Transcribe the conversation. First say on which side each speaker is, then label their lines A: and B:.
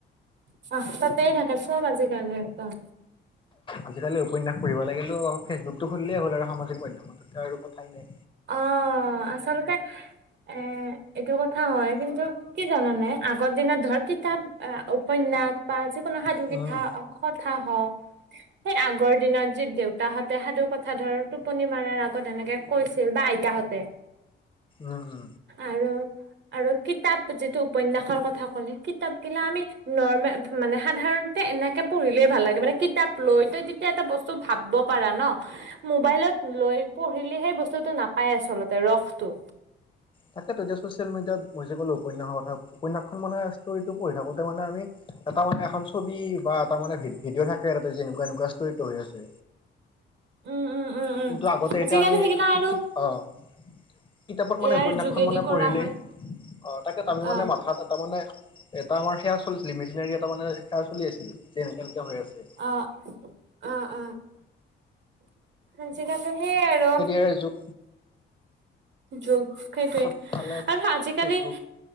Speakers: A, on the right; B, on the left.
A: পাচঁ তাতেই থাকে, চব আজিকালি একদম।
B: আজিকালি উপন্যাস পঢ়িব লাগিলেও ফেচবুকটো খুলিলেই হ'ল আৰু সামাজিক মাধ্যমত, আৰু কথাই নাই।
A: অ', আচলতে এ, এইটো কথা হয় কিন্তু কি জানানে, আগৰ দিনত ধৰ কিতাপ, উপন্যাস, বা যিকোনো সাধুকিথা
B: উম
A: অখত থা হক সেই আগৰ দিনত যে, দেউতাহঁতে সাধুকথা ধৰ টোপনি মাৰাৰ আগত এনেকে কৈছ দেউবা, আইতাহঁতে
B: উ, উ।
A: আৰু আৰু কিতাপ যিটো উপন্যাসৰ কথা ক'লে, কিতাপ গিলা আমি নৰ্মে মানে সাধাৰণ এ, এনেকে পঢ়িলেই ভাল লাগে মানে কিতাপ লৈ ত' তেতিয়া এটা বস্তু ভাবব পাৰা ন! মোবাইলত লৈ পঢ়িলে সেই বস্তুটো নাপায় আচলতে ৰসটো।
B: তাকেতো যে ছচিয়েল মিডিয়াত মই যে ক'লো উপন্যাসৰ কথা, উপন্যাসখন মানে ষ্টৰিটো পঢ়ি থাকোতে মানে আমি, এটা মানে এখন ছবি বা এটা মানে ভি-ভিডিঅ' থাকে <unintelligible> এনেকুৱা ষ্টৰী ত' হৈ আছে।
A: উম উম উম উম
B: কিন্তু আগতে এতিয়া
A: আজিকালি
B: আমি
A: সেইগিলা
B: কিত্
A: আৰু
B: কিত্, অ'। কিতাপত মানে
A: এয়াৰ
B: উপন্যাসখন
A: যোগেদি
B: মানে
A: কৰা
B: পঢ়িলেই,
A: হয়
B: অ', তাকে আমি মানে
A: অ
B: মাথাত এটা মানে এটা আমাৰ সেয়া চল মেচিনেৰী এটা মানে সেয়া চলি আছিল, যে এনকে এনকে হৈ আছে।
A: অ', অ', অ', আজিকালি সেই আৰু।
B: সেই যুগ
A: যগ সেইটোৱে,
B: চব ফালে
A: আৰু আজিকালি
B: ফেচবুক